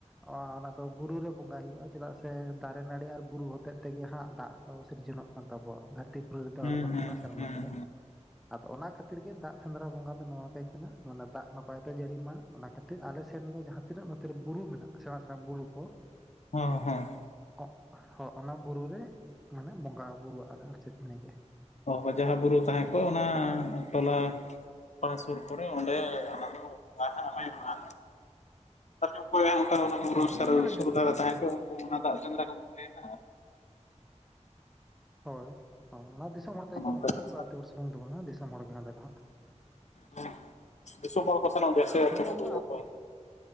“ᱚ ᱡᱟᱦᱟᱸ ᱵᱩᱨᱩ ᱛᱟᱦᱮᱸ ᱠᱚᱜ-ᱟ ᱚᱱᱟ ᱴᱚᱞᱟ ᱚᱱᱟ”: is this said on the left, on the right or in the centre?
Left